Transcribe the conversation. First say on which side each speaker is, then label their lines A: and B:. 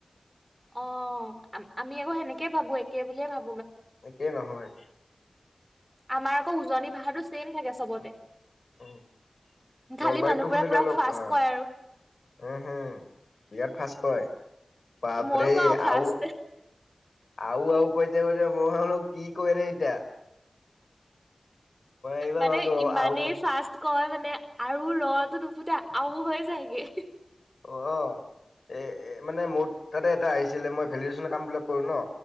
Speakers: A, in the centre; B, on the left (about 75°).
A: অ', আমি আকৌ সেনেকে ভাবো, একে বুলিয়ে ভাব
B: একেই নহয়,,
A: আমাৰ আকৌ উজনি ভাষাটো ছেম থাকে চবতে
B: উ
A: খালি
B: নলবাৰীতটো
A: মানুহবোৰে
B: শুনিলে
A: পুৰা
B: অলপ
A: ফাৰ্ষ্ট
B: আহ
A: কয় আৰু
B: উম হম বিৰাট ফাচ কয় বাপৰে
A: মইয়ো কওঁ ফাৰ্ষ্ট
B: আৰু আৰু আৰু কৈ দে <unintelligible> মই হলোক কি কয়ৰে এইটা এইবাৰ
A: মানে
B: ভাবিলো
A: ইমানেই
B: আৰু
A: ফাৰ্ষ্ট কয় মান মানে আৰু ৰটো নুফুতে আও হৈ যায়গে
B: অ এ এ মানে মোৰ তাতে এটা আহিছিলে মই ভেলিডেশচনৰ কাম বিলাক কৰো ন